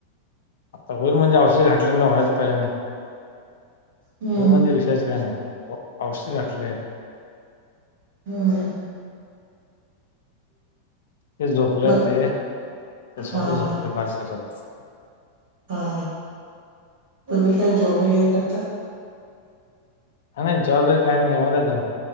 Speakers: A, on the left; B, on the right.
A: आता होल म्हणजे औषध घाटल्या म्हणज हो्हायच पाहिजे नाही
B: हम्म
A: हो म्हणजे. तेचकाने औषध अठले..
B: हम्
A: ते झोपले
B: मग
A: ते त्यासोबत
B: हा
A: झोपले
B: हा
A: बारके सोबत.
B: हा तुम्ही काय जॉब वगैरे करता.
A: आणि नाही जॉब काही नाही निेव देतम